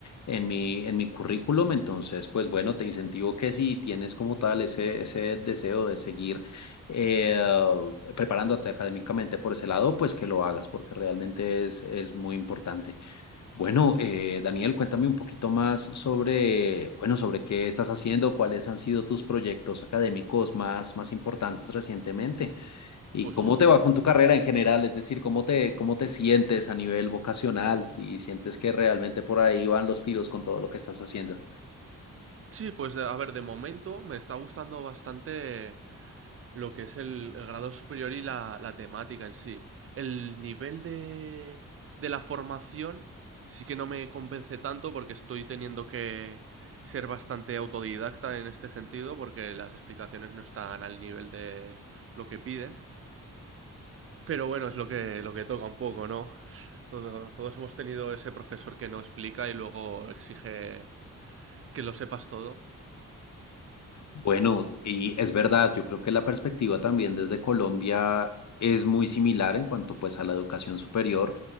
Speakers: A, on the left; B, on the right.
A: en mi, en mi currículum. Entonces, pues bueno, te incentivo que si tienes como tal ese, ese deseo de seguir eh, preparándote académicamente por ese lado, pues que lo hagas porque realmente es, es muy importante. Bueno, eh, Daniel, cuéntame un poquito más sobre, bueno, sobre qué estás haciendo, cuáles han sido tus proyectos académicos más, más importantes recientemente y
B: Pues
A: cómo te va con tu carrera en general, es decir, cómo te, cómo te sientes a nivel vocacional, si sientes que realmente por ahí van los tiros con todo lo que estás haciendo.
B: sí, pues a ver, de momento me está gustando bastante lo que es el, el grado superior y la, la temática en sí. El nivel de, de la formación sí que no me convence tanto porque estoy teniendo que ser bastante autodidacta en este sentido porque las explicaciones no están al nivel de lo que piden. Pero bueno, es lo que, lo que toca un poco, ¿no? Todo, todos hemos tenido ese profesor que no explica y luego exige que lo sepas todo.
A: Bueno, y es verdad, yo creo que la perspectiva también desde Colombia es muy similar en cuanto pues a la educación superior.